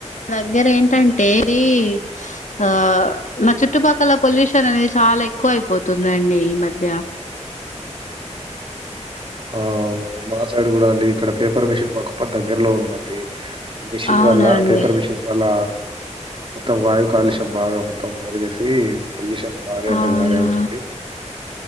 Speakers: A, on the left (about 80°); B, on the right (about 45°).
A: మా దగ్గర ఏంటంటే ఇది. ఆహ్ మా చుట్టుపక్కల పొల్యూషన్ అనేది చాలా ఎక్కువ అయిపోతుందండి ఈ మధ్య.
B: ఆహ్ అవునండి మా సైడ్ కూడా అండి. ఇక్కడ పేపర్ మిషన్ మాకూ దగ్గరలో ఉంది. అండి. పొల్యూషన్
A: అవునండి
B: వల్ల పేపర్ మిషిన్స్ వల్ల, మొత్తం వాయు కాలుష్యం బాగా మొత్తం జరిగేసి, పొల్యూషన్ భారీ అంటే
A: అవునా
B: భారీ అవుతుంది.